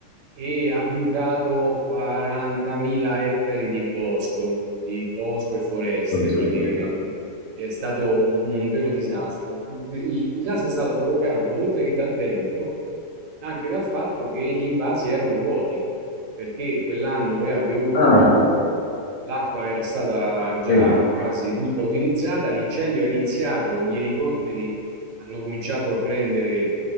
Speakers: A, on the right; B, on the left.
A: e ha bruciato 40.000 ettari di bosco, di bosco e foreste
B: Non sapevo.
A: praticamente. È stato un vero disastro. Il disastro è stato provocato, oltre che dal vento, anche dal fatto che gli invasi erano vuoti, perché quell'anno aveva piovuto
B: Ah,
A: poco, l'acqua era stata già
B: sì,
A: quasi tutta utilizzata, l'incendio è iniziato, gli elicotteri hanno cominciato a prendere